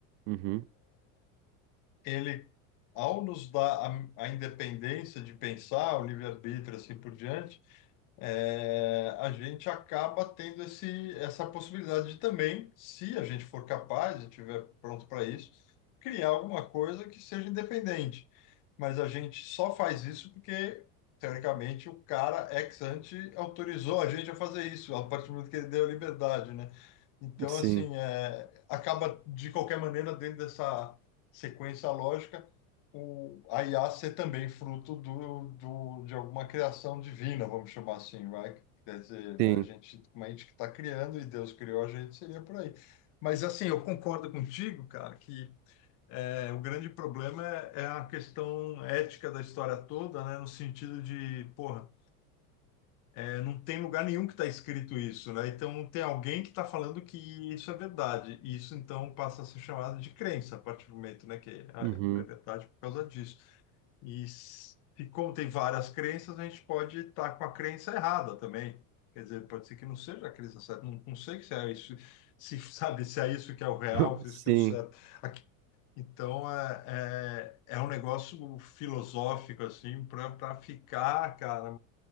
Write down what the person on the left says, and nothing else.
Ele, ao nos dar a, a independência de pensar, o livre-arbítrio, assim por diante é, a gente acaba tendo esse, essa possibilidade de também, se a gente for capaz e estiver pronto para isso, criar alguma coisa que seja independente. Mas a gente só faz isso porque, teoricamente, o cara ex ante autorizou a gente a fazer isso, a partir do momento que ele deu a liberdade, né? Então,
assim, é, acaba de qualquer maneira dentro dessa sequência lógica o, a IA ser também fruto do, do, de alguma criação divina, vamos chamar assim, vai? Quer dizer, né,
a gente, como a gente que está criando e Deus criou a gente, seria por aí. Mas, assim, eu concordo contigo, cara, que é, o grande problema é, é a questão ética da história toda, né? No sentido de, porra, é, não tem lugar nenhum que está escrito isso, né? Então, tem alguém que está falando que isso é verdade. E isso, então, passa a ser chamado de crença, a partir do momento, né? Que é,
é verdade por causa disso. E s- se contém várias crenças, a gente pode estar com a crença errada também. Quer dizer, pode ser que não seja a crença certa. Não, não sei se é isso, se <laughs> sabe se é isso que é o real,
se
é isso que é o certo. Aqui- Então é, é, é um negócio filosófico assim para para ficar, cara,